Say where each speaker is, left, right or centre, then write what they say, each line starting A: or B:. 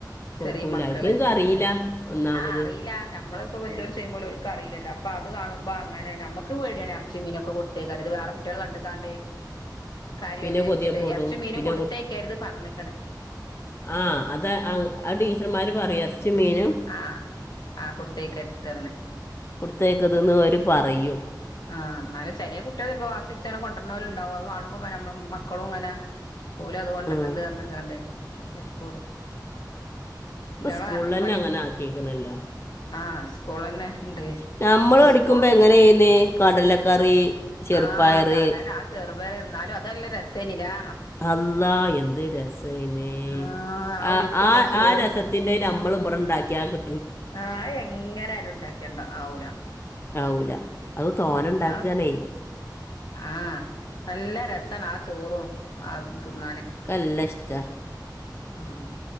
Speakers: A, on the left (about 35°); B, on the left (about 65°).
A: കൊടുക്കൂല
B: ചെറീ മക്കള്
A: ഇതെനിക്ക് അറിയില്ല
B: ആഹ്
A: ഒന്നാമത്
B: ആഹ് അറീലാ ഞമ്മള്പ്പോ വെല്ല്യോല് ചെയ്യുമ്പോലെ ഓൽക്ക് അറില്ലല്ലോ അപ്പ അത് കാണുമ്പോ അങ്ങനെ ഞമ്മ ക്ക് പേടിയാണ് എർച്ചിം മീനൊക്കെ കൊടുത്തേക്കാന് ഇത് വേറെ കുട്ടിയള് കണ്ട്ക്കാണ്ടെ കരയോ
A: പിന്നെ
B: വിചാരിച്ചിട്ടെ
A: കൊതിയപ്പെടും
B: എറച്ചിം മീനും
A: പിന്നെ
B: കൊടുത്തേക്കര്ത് പറ്ഞ്ഞ്ക്ക്ണ്
A: ആഹ് അത് ആഹ് അഹ് ടീച്ചർമാര് പറയും എർച്ചിം മീനും
B: ആഹ് ആഹ് കൊടുത്തേക്കര്ത് പർഞ്ഞ്ണ്
A: കൊടുത്തേക്കര്ത് എന്ന് അവര് പറയും
B: ആഹ് ഇന്നാല് ചേലെ കുട്ട്യാള്പ്പൊ വാശി പിടിച്ചാലും കൊണ്ടര്നോല്ണ്ടാവും അത് കാണുമ്പം പിന്നെ ഞമ്മള മക്കളും ഇങ്ങനെ ഓല് അത് കൊണ്ടര്ണണ്ട്
A: ഉം,
B: പർഞ്ഞ്ക്കാണ്ടെ ഇങ്ങന്നെ തെരക്കൂടും
A: ഇപ്പ
B: ഇങ്ങളെ
A: സ്കൂള്ളെന്നെ
B: പണി
A: അങ്ങനെ ആക്കീക്ക്ണല്ലോ ആഹ്
B: ആഹ് സ്കൂളെന്നെ
A: സ്കൂള്ളെന്നെ
B: ഇണ്ട്
A: ഞമ്മള്
B: ഇസ്കൂളും
A: പഠിക്കുമ്പോ എങ്ങനേന്നി കടലക്കറി ചെറുപ്പയറ്
B: ആഹ് കടല ആഹ് ചെറുപയറ് ന്നാലും അത് നല്ലെ രസേനില്ലാ
A: അല്ലാഹ് എന്ത് രസേനി
B: ആഹ്
A: ആ
B: ഒരു ഇപ്പിട്ട
A: ആ
B: ചോറ്
A: ആ രസ ത്തിന്റെ ഞമ്മള് ഇബടെ ഇണ്ടാക്കിയാ കി
B: ആഹ് അഹ് എങ്ങനെ ആയാലും ഇണ്ടാക്കിയാ ഇണ്ടാ ആവൂല
A: ആവൂല അഹ് തോനെ
B: ഉം
A: ഇണ്ടാക്കാന്നെ
B: ആഹ് ആഹ് നല്ല രസാണ് ആ ചോറും ആ അതും തിന്നാന്
A: ക്കല്ലഷ്ടാ
B: ആഹ്